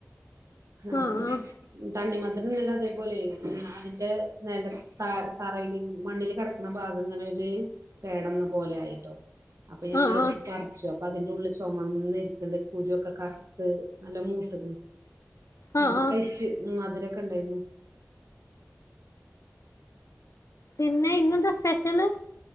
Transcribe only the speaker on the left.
ആഹ് ആഹ്
ആഹ്
ആഹ്
ആഹ് ആഹ്
പിന്നെ ഇന്നെന്താ സ്പെഷ്യല്